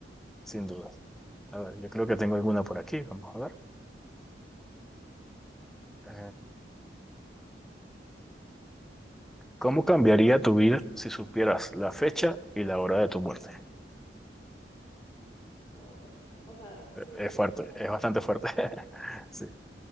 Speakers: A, in the centre; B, on the left.
A: sin dudas. A ver, yo creo que tengo alguna por aquí, vamos a ver. Eh, ¿cómo cambiaría tu vida si supieras la fecha y la hora de tu muerte?
B: wow. O sea, sí,
A: Es
B: sí,
A: fuerte,
B: será-
A: es bastante fuerte. <laughs> Sí.